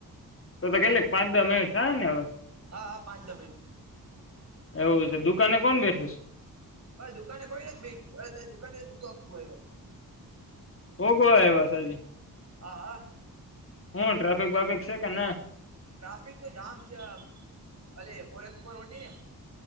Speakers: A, on the left; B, on the right.
A: તો તો કેટલી પાંચ દઅ મિનિટ થહે ને હવે
B: હા હા પાંચ દસ મીનીટ
A: એવું છે દુકાને કોણ બેઠું છે.
B: હવે દુકાને કોઈ ર જ બેઠું દુકાને જ ભૂગવા ભૂગવા-
A: ઓ ગો
B: હા.
A: એવા સા
B: હા હા
A: હું ટ્રાફિક બાફિક છે કે ના
B: ટ્રાફિક તો જામ છે અ ફોરક્સ ફોર વટી ને